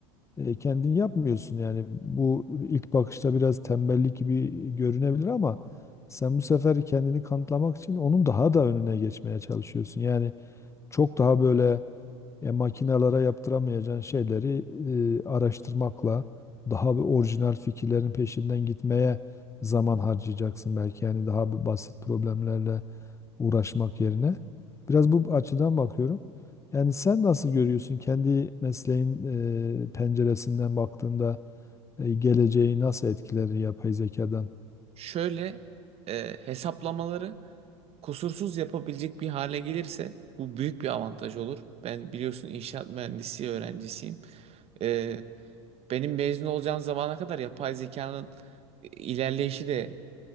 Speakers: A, on the left; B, on the right.
A: e, kendin yapmıyorsun yani bu ilk bakışta biraz tembellik gibi görünebilir ama sen bu sefer kendini kanıtlamak için onun daha da önüne geçmeye çalışıyorsun. Yani çok daha böyle e, makinalara yaptıramayacağın şeyleri e, araştırmakla daha bir orijinal fikirlerin peşinden gitmeye zaman harcayacaksın belki yani daha bir basit problemlerle uğraşmak yerine. Biraz bu açıdan bakıyorum. Yani sen nasıl görüyorsun kendi mesleğin e, penceresinden baktığında e, geleceği nasıl etkiler yapay zekadan?
B: Şöyle e, hesaplamaları kusursuz yapabilecek bir hale gelirse bu büyük bir avantaj olur. Ben biliyorsun inşaat mühendisi öğrencisiyim. Ee, benim mezun olacağım zamana kadar yapay zekanın ilerleyişi de